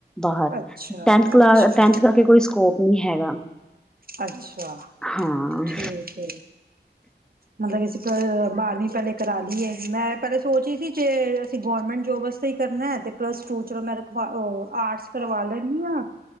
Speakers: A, in the centre; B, on the right (about 55°).
A: ਬਾਹਰ
B: ਅੱਛਾ
A: ਟੈਂਥ ਕਲਾ
B: ਅੱਛਾ
A: ਟੈਥ ਕਰਕੇ ਕੋਈ ਸਕੋਪ ਨੀ ਹੈਗਾ।
B: ਅੱਛਾ
A: ਹਾਂ
B: ਠੀਕ ਏ। ਮਲਬ ਅਸੀਂ ਬਾਰਵੀਂ ਪੈਲੇ ਕਰਾ ਲਈਏ, ਮੈਂ ਪੈਲੇ ਸੋਚ ਰਹੀ ਸੀ ਜੇ ਅਸੀਂ ਗੌਰਮੈਂਟ ਜੋਬ ਤੇ ਕਰਨੈ ਤੇ ਪਲੱਸ ਟੂ ਚਲੋ ਮੈਂ ਰਖਵਾ ੳ, ਆਰਟਸ ਕਰਵਾ ਲੈਂਦੀ ਆਂ